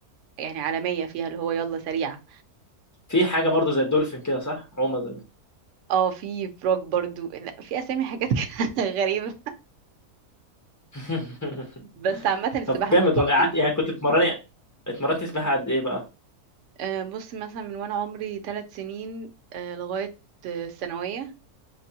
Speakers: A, on the right (about 60°); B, on the left (about 20°).
A: يعني عالمية فيها اللي هو يلا سريعة
B: في حاجة برضو زي الدولفين كده صح؟ عومة زي
A: اه في فروج برضو لا، في اسامي حاجات <laughs> كده غريبة
B: <laughs>
A: بس عامة السباحة
B: طب جامد
A: ممتعة
B: والله قعدت
A: جدا
B: يعني كنت بتمرني اتمرنت سباحة قد ايه بقى؟
A: آه، بص مثلا من وانا عمري ثلاث سنين آه، لغاية آه، الثانوية